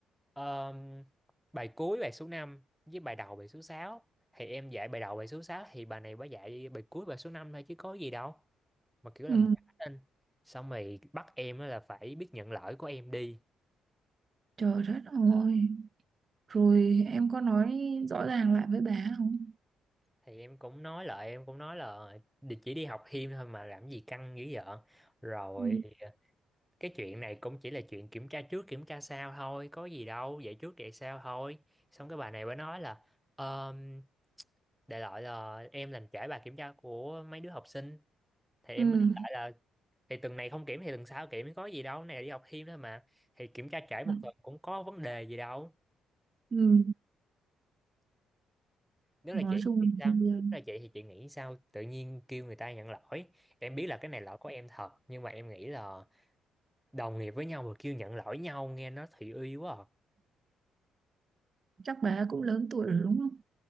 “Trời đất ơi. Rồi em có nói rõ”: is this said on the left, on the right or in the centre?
Right